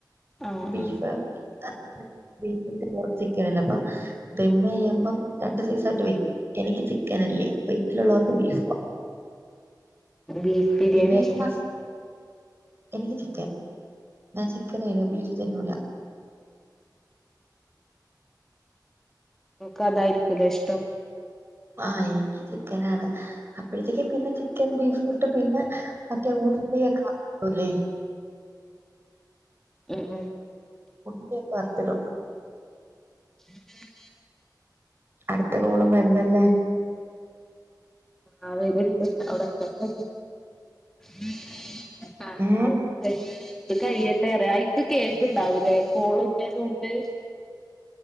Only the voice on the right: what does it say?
ബീഫ്
<unintelligible> ചിക്കൻ അല്ലേ അപ്പൊ ദമ്മയ്യുമ്പം രണ്ട് സൈസ് ആയിട്ട് വെക്കും എനിക്ക് ചിക്കൻ ഇല്ലേ വീട്ടില് ഒള്ള അവർക്ക് ബീഫ്
പിന്നെ അയിന്
മാസ് എനിക്ക് ചിക്കൻ ഞാൻ ചിക്കൻ <unintelligible> തിന്നൂല്ല
ആഹ് ഇൻക്ക് ചിക്കനാണ്. അപ്പഴത്തേക്ക് പിന്നെ ചിക്കൻ ബീഫുട്ട് പിന്നെ മറ്റേ ഉള്ളിയൊക്കെ <unintelligible>
ഉള്ള്യൊക്കെ വർത്ത്ടും.
അട്ത്ത കോളും വര്ന്നല്ല
ഏ